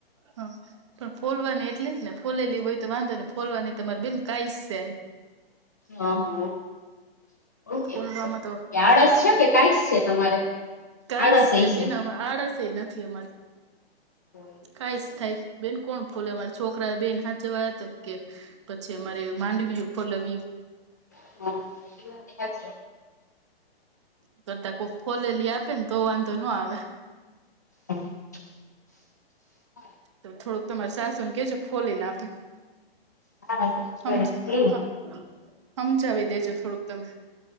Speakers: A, on the right; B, on the left.
A: હા પણ ફોલવાની એટલે જ ને ફોલેલી હોય તો વાંધો ને ફોલવાની તમારે બેન કાઈસ છે.
B: હા હા.
A: ફોલવામાં તો
B: તયાળસ છે કે કઈ છે તમારે.
A: કાઈ
B: આળસ
A: સે
B: હઈ
A: બેન
B: છે હા
A: આળસ એ નથી અમારે.
B: એ
A: કાઈ સ થાય બેન કોણ ખોલે મારા છોકરા બેન હાચવા તા કે પછી અમારે માંડવીએ ફોલવીએ.
B: <unintelligible> એવી વાત કા છે
A: <unintelligible> કોક ફોલેલી આપે ને તો વાંધો ના આવે.
B: <unintelligible> હા
A: તો થોડુંક તમારે સાસુ ને કેજો ફોલીને આપે.
B: હા હા ઈ
A: હમ
B: તો એમ તો
A: હમ હમજાવી દેજો થોડુંક તમે.